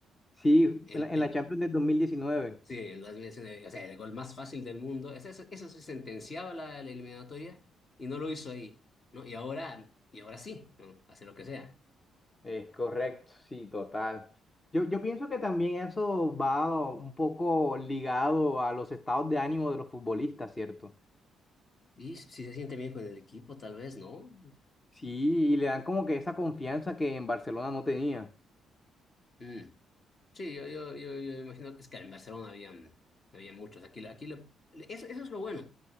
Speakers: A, on the left; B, on the left.
A: Sí,
B: El,
A: en la en
B: el,
A: la Champions del dos mil diecinueve.
B: sí, el 2019, o sea, el gol más fácil del mundo. Eso, eso, eso sí sentenciaba la, la eliminatoria y no lo hizo ahí, ¿no? Y ahora, y ahora sí, ¿no? Hace lo que sea.
A: Es correcto, sí, total. Yo, yo pienso que también eso va un poco ligado a los estados de ánimo de los futbolistas, ¿cierto?
B: Y si se siente bien con el equipo, tal vez, ¿no?
A: Sí, y le dan como que esa confianza que en Barcelona no tenía.
B: Mm. Sí, yo, yo, yo, yo imagino que es que en Barcelona habían, había muchos. Aquí, la- aquí la- eso, eso es lo bueno.